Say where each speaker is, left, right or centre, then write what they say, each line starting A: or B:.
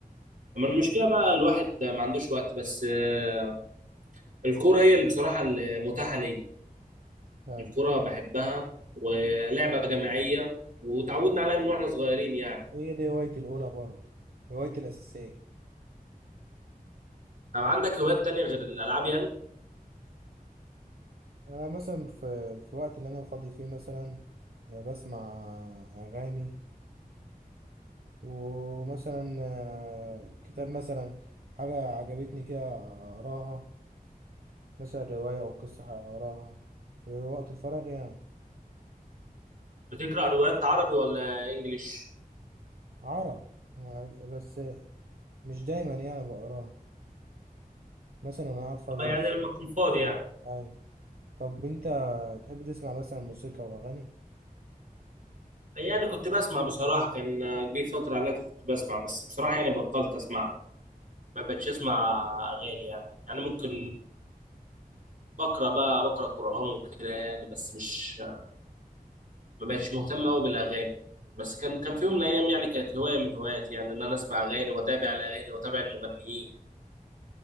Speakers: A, on the right; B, on the right.
A: اما المشكله بقى الواحد ما عندوش وقت بس آه، الكورة هي اللي بصراحة المتاحة ليا
B: ايوه
A: الكورة بحبها ولعبة جماعية وتعودنا عليها من واحنا صغيرين يعني
B: هي دي هوايتي الأولى برضه هوايتي الأساسية
A: طب عندك هوايات تانية غير الألعاب يعني
B: أنا مثلا في في الوقت اللي أنا فاضي فيه مثلا آه، بسمع أغاني ومثلا آه، كتاب مثلا حاجة عجبتني كده أقراها مثلا رواية أو قصة أقراها في وقت الفراغ يعني
A: بتقرأ روايات عربي ولا إنجليش
B: عرب مع- بس مش دايما يعني بقراها مثلا وأنا قاعد فاضي
A: اه يعني
B: بس
A: لما تكون فاضي يعني
B: أيوة طب أنت تحب تسمع مثلا موسيقى وأغاني
A: يعني كنت بسمع بصراحة كان جه فترة عليها كنت بسمع بس بصراحة يعني بطلت أسمع ما بقتش أسمع أغاني يعني يعني ممكن بقرأ بقى بقرأ قرآن وكده يعني بس مش ما بقتش مهتم قوي بالاغاني بس كان كان في يوم من الايام يعني كانت هوايه من هواياتي يعني ان انا اسمع اغاني واتابع الاغاني واتابع المغنيين